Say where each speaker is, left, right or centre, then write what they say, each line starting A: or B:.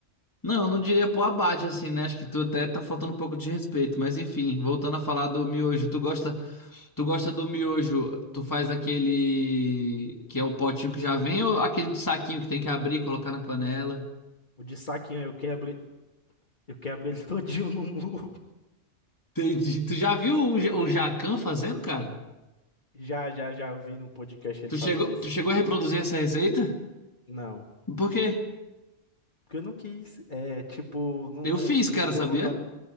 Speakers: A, on the left (about 15°); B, on the left (about 40°).
A: Não, eu não diria pô abate assim, né? Acho que tu até tá faltando um pouco de respeito, mas enfim, voltando a falar do miojo, tu gosta Tu gosta do miojo, tu faz aquele que é o potinho que já vem ou aquele de saquinho que tem que abrir e colocar na panela?
B: O de saquinho, eu quebro, eu quebro ele <laughs> todinho no murro.
A: Entendi. Tu já viu o, Ja- o Jacan fazendo, cara?
B: Já, já, já. Eu vi no podcast ele
A: Tu
B: fazendo
A: chegou,
B: a receita.
A: tu chegou a reproduzir essa receita?
B: Não.
A: Por quê?
B: Porque eu não quis. É, tipo, não,
A: Eu
B: não,
A: fiz,
B: não
A: cara,
B: deu
A: sabia?
B: vontade.